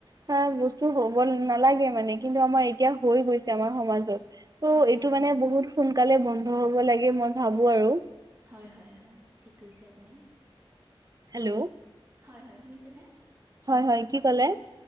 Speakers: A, on the right (about 40°); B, on the right (about 25°).
A: হা বস্তু হ'ব নালাগে মানে কিন্তু আমাৰ এতিয়া হৈ গৈছে আমাৰ সমাজত ত'
B: হয়
A: এইটো
B: হয়
A: মানে বহুত সোনকালে বন্ধ হ'ব লাগে মই ভাবো আৰু
B: হয়, হয়, হয় ঠিক কৰিছে আপুনি
A: হেল্ল'।
B: হয়, হয় শুনিছেনে।
A: হয়, হয় কি ক'লে